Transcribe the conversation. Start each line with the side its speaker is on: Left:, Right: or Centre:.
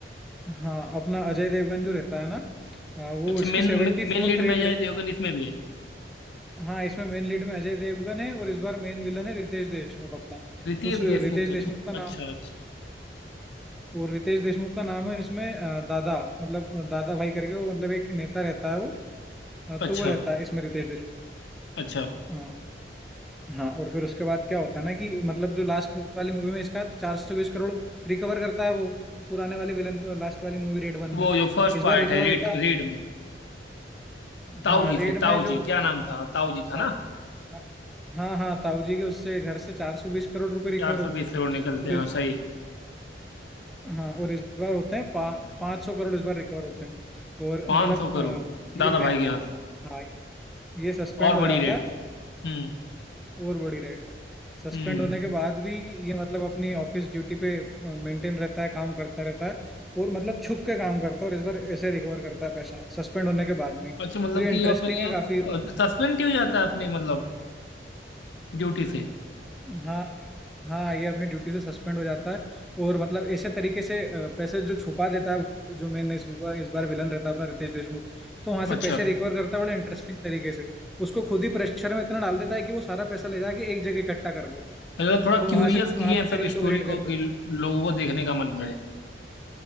Centre: हाँ अपना अजय देवगन जो रहता है ना अ, वो
Left: अच्छा
Centre: इसकी
Left: मेन
Centre: सेवेंटी
Left: मेन
Centre: फोर्थ
Left: लीड
Centre: रेट
Left: में अजय
Centre: रे,
Left: देवगन इसमें भी है
Centre: हाँ इसमें मेन लीड में अजय देवगन है और इस बार मेन विलन है रितेश देशमुख अपना
Left: रितेश
Centre: उस रितेश
Left: देशमुख
Centre: देशमुख
Left: अच्छा
Centre: का नाम
Left: अच्छा
Centre: और रितेश देशमुख का नाम है इसमें अ, दादा मतलब दादा भाई करके वो मतलब एक नेता रहता है वो अ, तो
Left: अच्छा
Centre: वो रहता
Left: अच्छा
Centre: है इसमें रितेश देशमुख
Left: अच्छा
Centre: हाँ। हाँ और फिर उसके बाद क्या होता है ना कि मतलब जो लास्ट वाली मूवी में इसका चार सौ बीस करोड़ रिकवर करता है वो पुराने वाले विलन लास्ट वाली मूवी रेड वन
Left: वो
Centre: में
Left: जो फर्स्ट
Centre: इस
Left: पार्ट
Centre: बार रिकवर
Left: है रीड
Centre: होता
Left: रीड में ताऊ
Centre: हाँ
Left: जी
Centre: रेड
Left: से ताऊ
Centre: में जो
Left: जी क्या नाम था ताऊ जी था ना
Centre: हाँ हाँ हाँ हाँ ताऊ जी के उससे घर से चार सौ बीस करोड़ रुपए रिकवर
Left: चार सौ
Centre: होते
Left: बीस
Centre: हैं
Left: करोड़ निकलते
Centre: और
Left: हैं
Centre: इस
Left: हाँ सही है,
Centre: हाँ और इस बार होते हैं पा, पाँच सौ करोड़ इस बार रिकवर होते हैं और
Left: पाँच
Centre: मतलब
Left: सौ करोड़
Centre: अ,
Left: दादा
Centre: ये
Left: भाई
Centre: पहले
Left: के यहाँ से।
Centre: हाँ ये सस्पेंड
Left: और
Centre: हो
Left: बड़ी
Centre: जाता
Left: रेड
Centre: है
Left: हम्म
Centre: और बड़ी रेड सस्पेंड
Left: हम्म
Centre: होने के बाद भी ये मतलब अपनी ऑफिस ड्यूटी पे मेंटेन रहता है काम करता रहता है और मतलब छुप के काम करता है और इस बार ऐसे रिकवर करता है पैसा सस्पेंड होने के बाद भी
Left: अच्छा मतलब
Centre: तो ये
Left: कि
Centre: इंटरेस्टिंग
Left: अपने
Centre: है काफी और
Left: सस्पेंड ही हो जाता है अपनी मतलब ड्यूटी से
Centre: हाँ हाँ ये अपनी ड्यूटी से सस्पेंड हो जाता है और मतलब ऐसे तरीके से अ, पैसे जो छुपा देता है जो मेन इस बार इस बार विलन रहता है अपना रितेश देशमुख तो वहां से
Left: अच्छा
Centre: पैसे रिकवर करता है बड़े इंटरेस्टिंग तरीके से उसको खुद ही प्रेशर में इतना डाल देता है कि वो सारा पैसा ले जाके एक जगह इकट्ठा कर देता है
Left: अच्छा थोड़ा
Centre: और
Left: क्यूरियस
Centre: वहां से वहां
Left: किए
Centre: पे
Left: हैं
Centre: फिर
Left: सब
Centre: ये लोग
Left: स्टोरी
Centre: रेड कर
Left: को
Centre: देते
Left: कि लोगों
Centre: हैं
Left: को देखने का मन करे